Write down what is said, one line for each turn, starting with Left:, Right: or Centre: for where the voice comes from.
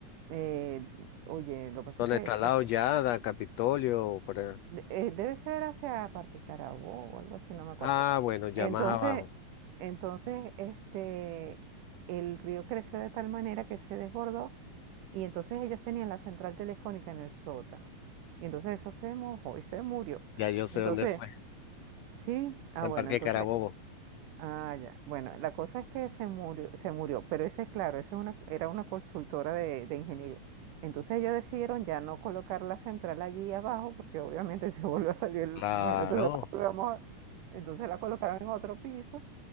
Right: Eh, oye, lo que pasa
Left: Donde
Right: es que
Left: está
Right: exacta-
Left: al lado Yada, Capitolio, por ahí.
Right: de- eh, debe ser hacia Parque Carabobo o algo así, no me acuerdo.
Left: Ah, bueno, ya
Right: Entonces,
Left: más abajo.
Right: entonces, este, el río creció de tal manera que se desbordó y entonces ellos tenían la central telefónica en el sótano. Y entonces eso se mojó y se murió.
Left: Ya yo sé
Right: Entonces,
Left: dónde fue.
Right: sí, ah, bueno,
Left: En Parque
Right: entonces,
Left: Carabobo.
Right: ah, ya. Bueno, la cosa es que se murió, se murió, pero ese es claro, esa es una, era una consultora de, de ingeniería. Entonces ellos decidieron ya no colocar la central allí abajo, porque obviamente <laughs> se volvió a salir, el-
Left: Claro.
Right: imagínate, se volvió a mojar. Entonces la colocaron en otro piso